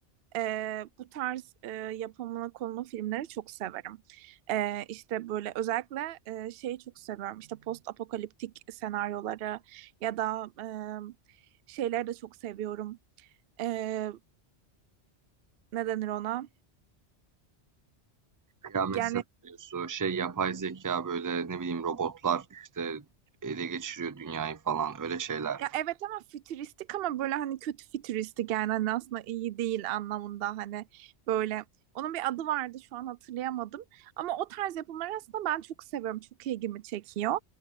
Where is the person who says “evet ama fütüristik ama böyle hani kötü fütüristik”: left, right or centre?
Right